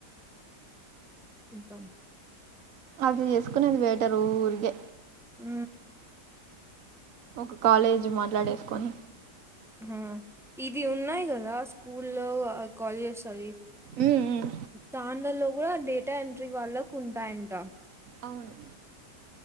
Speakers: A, in the centre; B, on the right.
A: మొతం
B: అది చేసుకునేది బెటరు ఊరికే
A: ఊ
B: ఒక కాలేజీ మాట్లాడేసుకొని
A: ఆ ఇది ఉన్నాయి కదా స్కూల్లో కాలేజెస్ అవి
B: ఉమ్ ఉమ్
A: దానిలలో కూడా డేటా ఎంట్రీ వాళ్ళకు ఉంటాయంట
B: అవును